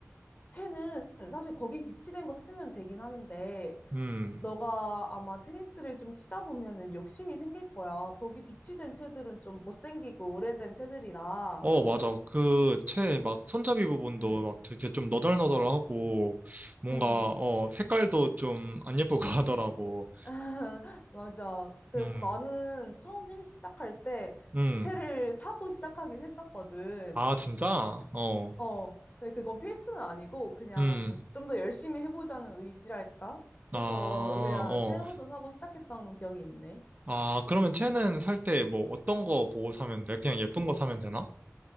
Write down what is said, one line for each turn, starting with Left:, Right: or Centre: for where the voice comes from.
Left: 채는 사실 거기 비치된 거 쓰면 되긴 하는데,
Right: 음,
Left: 너가 아마 테니스를 좀 치다 보면은 욕심이 생길 거야. 거기 비치된 채들은 좀 못생기고 오래된 채들이라.
Right: 어, 맞아. 그, 채 막 손잡이 부분도
Left: 음,
Right: 막 되게 좀 너덜너덜하고 뭔가,
Left: 음.
Right: 어, 색깔도 좀 안 예쁘고 <laughs> 하더라고.
Left: <laughs> 맞아. 그래서
Right: 음,
Left: 나는 처음 테니스 시작할 때
Right: 음.
Left: 채를 사고 시작하긴 했었거든.
Right: 아, 진짜? 어,
Left: 어, 근데 그건 필수는 아니고 그냥
Right: 음.
Left: 좀 더 열심히 해보자는 의지랄까?
Right: 아,
Left: 해서 그냥
Right: 어.
Left: 채부터 사고 시작했던 기억이 있네.
Right: 아, 그러면 채는 살 때 뭐 어떤 거 보고 사면 돼? 그냥 예쁜 거 사면 되나?